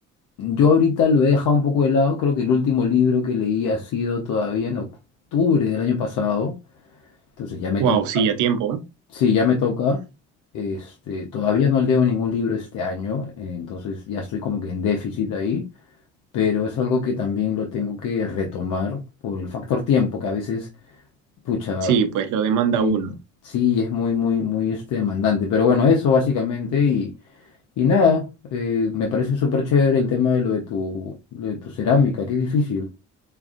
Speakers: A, on the left; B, on the right.
A: yo ahorita lo he dejado un poco de lado, creo que el último libro que leí ha sido todavía en octubre del año pasado, entonces ya me
B: Wow,
A: toca.
B: sí, a tiempo.
A: Sí, ya me toca. Este, todavía no leo ningún libro este año, eh, entonces ya estoy como que en déficit ahí, pero es algo que también lo tengo que retomar por el factor tiempo, que a veces, pucha,
B: Sí, pues lo demanda
A: eh,
B: uno.
A: sí, es muy, muy, muy este, demandante. Pero bueno, eso básicamente y, y nada, eh, me parece súper chévere el tema de lo de tu, lo de tu cerámica, qué difícil.